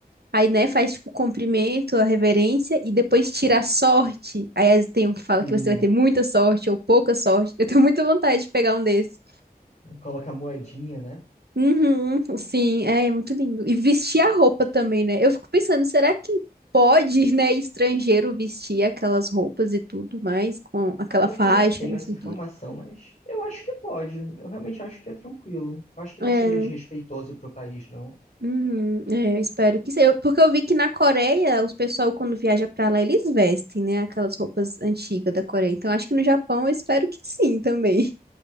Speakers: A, on the right (about 80°); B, on the left (about 50°).
A: Aí, né, faz tipo o cumprimento, a reverência e depois tira a sorte. Aí às tem um que fala
B: Sim,
A: que você vai ter muita sorte ou pouca sorte. Eu tenho muita vontade de pegar um desses.
B: coloca a moedinha, né?
A: Uhum, sim, é, é muito lindo. E vestir a roupa também, né? Eu fico pensando, será que pode, <laughs> né, estrangeiro vestir aquelas roupas e tudo mais, com aquela
B: O Pior
A: faixa
B: é que eu nem tenho
A: na
B: essa
A: cintura?
B: informação, mas eu acho que pode. Eu realmente acho que é tranquilo. Eu acho que
A: É,
B: não seria desrespeitoso para o país, não.
A: uhum, é, eu espero que seja. Eu- Porque eu vi que na Coreia, os pessoal, quando viaja pra lá, eles vestem, né, aquelas roupas antigas da Coreia. Então, acho que no Japão, eu espero que sim também.